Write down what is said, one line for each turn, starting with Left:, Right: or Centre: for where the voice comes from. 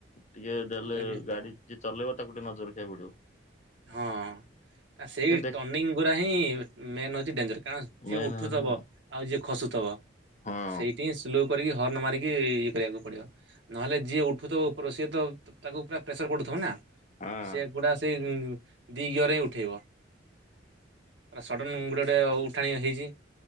Left: ଟିକେ ଦେଲେ
Right: ହେଲେ ବି ହଁ
Left: ଗାଡି ଯଏ ଚଲେଇବ ତା ଗୋଟେ ନଜର ଖାଇବାକୁ ପଡିବ।
Right: ହଁ ସେଇ
Left: ସେ ଦେଖ
Right: ଟର୍ନିଂ ଗୁରା ହିଁ ମେନ୍ ହଉଛି ଡେଞ୍ଜର କାରଣ ଯିଏ
Left: ମେନ୍
Right: ଉଠୁଥିବ
Left: ହେଲା
Right: ଆଉ ଯିଏ ଖସୁଥବ
Left: ହଁ
Right: ସେଇଠି ହିଁ ସ୍ଲ କରିକି ହର୍ଣ୍ଣ ମାରିକି ଇଏ କରିବାକୁ ପଡିବ ନହେଲେ ଯିଏ ଉଠୁଥିବ ଉପର ସିଏ ତ ତାକୁ ପୁରା ପ୍ରେସର ପଡୁଥିବ ନା?
Left: ହଁ।
Right: ସେ ଗୁଡା ସେଇ ଦି ଗିଅରରେ ହିଁ ଉଠେଇବ ସଡନ ଗୋଡେ ଗୋଟେ ଉଠାଣି ହେଇଛି।